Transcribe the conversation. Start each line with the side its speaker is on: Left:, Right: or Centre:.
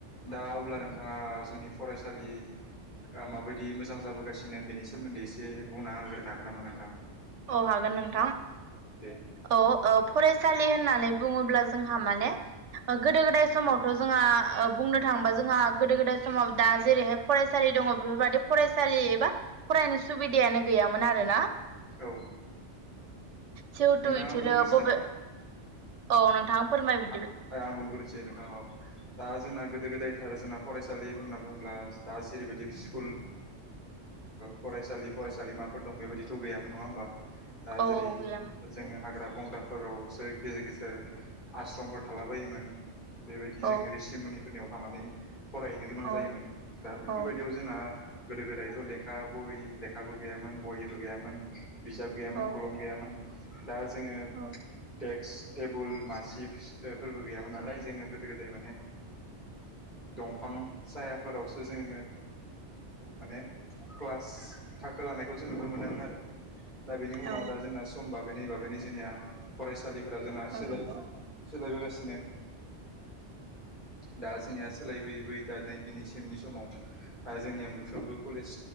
Left: दा अब्ला नोंथाङा जोंनि फरायसालि माबायदि मोजां जाबोगासिनो बेनि सोमोन्दै एसे बुंना होग्रोनो हागोन नामा नोंथां।
Right: औ हागोन नोंथां
Left: दे
Right: औ औ फरायसालि होननानै बुङोब्ला जोंहा माने। <inaudible> गोदो गोदाय समावथ' जोंहा बुंनो थाङोबा जोंहा गोदो गोदाय समाव दा जेरैहाय फरायसालि दङ। बेफोर बायदि फरायसालिबा फरायनो सुबिदायानो गैयामोन आरोना।
Left: औ।
Right: जिहेथु
Left: नोंथाङा
Right: बिसोरो
Left: बुंग्रोसै
Right: बबे
Left: नामा।
Right: औ नोंथां फोरमाय बि
Left: आं बुंग्रोनोसै नोंथां दा जोंना गोदो गोदायथार जोंना फरायसालिफोरना बुंङोब्ला दा जेरैबायदि स्कुल फरायसालि फरायसालिमाफोर दं बेबायदिथ' गैयामोन नङा होमबा। दा
Right: औ
Left: जेरै
Right: गैयामोन
Left: जोङो हाग्रा बंग्राफोरावसो गेजेर गेजेर आश्रमफोर थालाबायायोमोन बेबायदि जोङो
Right: औ
Left: रिसिमनिफोरनियाव थांनानै फरायहैनो गोनां
Right: औ
Left: जायोमोन दा बेफोर
Right: औ
Left: बायदियाव जोंना। गोदो गोदायथ' लेखा ब लेखाबो गैयामोन बहिबो गैयामोन बिजाब गैयामोन
Right: औ
Left: खलम गैयामोन दा जोङो
Right: औ
Left: देक्स टेबोल मासे फोरबो गैयामोन नालाय जोङो गोदो गोदाय माने दंफां सायाफोरावसो जों जङो माने क्लास थाखो लानायखौ जों नुनो मोनोन आरो दा बेनि उनाव
Right: औ
Left: दा जोंना समबाब बेनि बाबैनो जोंनिया फरायसालिफोरा जोंना सोलाय
Right: औ नंगौ
Left: सोलायबोगासिनो दा जोंनिया सोलायबोयै बयै दा नै दिनैसिमनि समाव द जोंनिया मोनफ्रोमबो कलेज